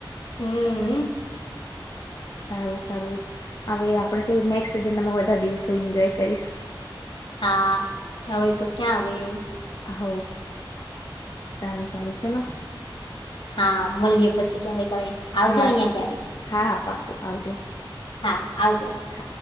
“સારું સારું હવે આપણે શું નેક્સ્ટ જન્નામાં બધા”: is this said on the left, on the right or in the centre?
Left